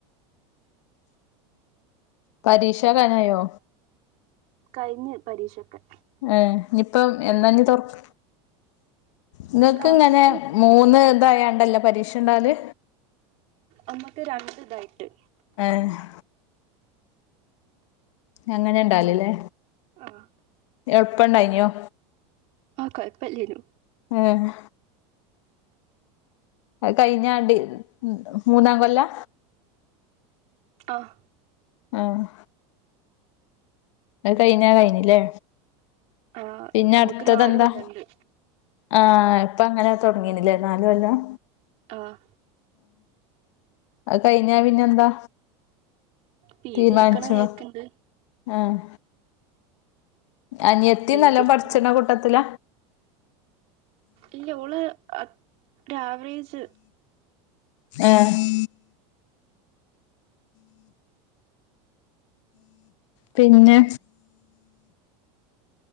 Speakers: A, on the left; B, on the right.
A: പരീക്ഷആകാനായോ?
B: കഴ്‌ഞ്പരീക്ഷഒക്കെ.
A: ഏഹ് ഇഞ്ഞിപ്പം എന്നാഞ്ഞി തൊട് ഇങ്ങൾക്ക്
B: ക്ലാസ്
A: ഇങ്ങനെ മൂന്ന്ഇതായാണ്ടല്ലെ പരീക്ഷ ഇണ്ടാല്?
B: അമ്മക്ക് രണ്ട് ഇതായിട്ട്.
A: ഏഹ് ഹെ അങ്ങനെ ഇണ്ടാവല്ലെ
B: ആ
A: എളുപ്പണ്ടായിനോ?
B: അഹ് കൊഴപ്പല്ലയ്നു.
A: ഏഹ് അഹ് കഴിഞ്ഞാണ്ടി മൂന്നാം കൊല്ലാ?
B: അഹ്
A: ആഹ് അഹ് കഴ്‌ഞ്ഞാ കഴ്‌ഞ്ലെ
B: ആ
A: പിന്നെ
B: നമ്മുക്ക്
A: അടുത്തത്
B: നാല്
A: എന്താ?
B: കൊല്ലണ്ട്
A: ആഹ് ഇപ്പ അങ്ങനെ തുടങ്ങിണ്ലെ ന്നാല് കൊല്ലം.
B: അഹ്
A: അഹ് കഴിഞ്ഞാ പിന്നെഎന്താ
B: പി
A: തീരുമാനിച്ച്ണോ
B: ജി എടുക്കണം വിചാരിക്കണ്ട്
A: ആഹ്. അനിയത്തിം
B: പി
A: നല്ലോണം
B: ജി എടുക്കണം
A: പഠിച്ച്ണ കൂട്ടത്തില?
B: ഇല്ലെ ഓള് അ ഒരാആവറേജ്.
A: ഏഹ് പിന്നെ